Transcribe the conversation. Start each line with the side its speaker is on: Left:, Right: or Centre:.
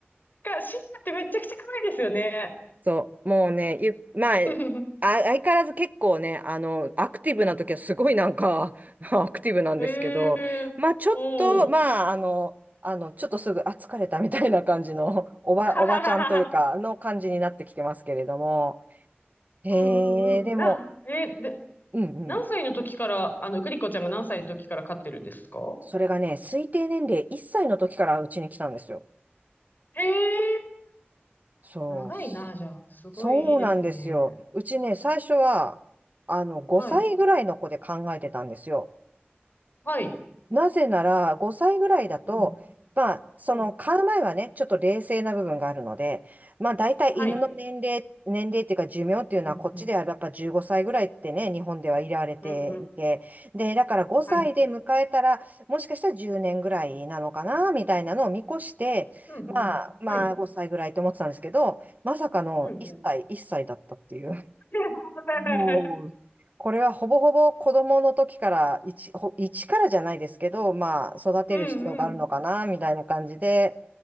Left: 回か、シンガってめちゃくちゃ可愛いですよね。
Right: そう、もうね、ゆ、まあ、
Left: <laughs>
Right: あ、相変わらず結構ね、あの、アクティブな時はすごいなんか、
Left: うん。
Right: <laughs> アクティブなんですけど、
Left: へえ、
Right: まあ、ちょっと、
Left: おお。
Right: まあ、あの、あの、ちょっとすぐ、あ、疲れたみたいな感じの、<laughs> おば、
Left: <laughs>
Right: おばちゃんというか、の感じになってきてますけれども、へえ、
Left: うんうんうん。
Right: でも、
Left: な、えーで、
Right: うんうん、
Left: 何歳の時から、あの、グリコちゃんが何歳の時から飼ってるんですか
Right: それがね、推定年齢1歳の時からうちに来たんですよ。
Left: へえ、
Right: そう、
Left: 長いな、じゃあ。すごいいいですね。
Right: そうなんですよ。うちね、最初は、あの、5歳ぐらいの子で考えてたんですよ。
Left: はい。はい。
Right: なぜなら、5歳ぐらいだと、
Left: うん。
Right: まあ、その、
Left: うん。
Right: 買う前はね、ちょっと冷静な部分があるので、まあ、大体犬の年齢、
Left: はい。
Right: 年齢っていうか寿命っていうのは、
Left: うんうん。
Right: こっちではやっぱ15歳ぐらいってね、日本では入れられていて、
Left: うんうん。
Right: で、だから5歳で迎えたら、
Left: はい。
Right: もしかしたら10年ぐらいなのかな、みたいなのを見越して、
Left: うんうん。
Right: まあ、まあ、
Left: はい。
Right: 5歳ぐらいと思ってたんですけど、まさかの1歳、
Left: うんうん。
Right: 1歳だったっていう。
Left: <laughs>
Right: もう、これはほぼほぼ子供の時から、一、ほ一からじゃないですけど、まあ、育てる必要があるのかな、
Left: うんうん。
Right: みたいな感じで。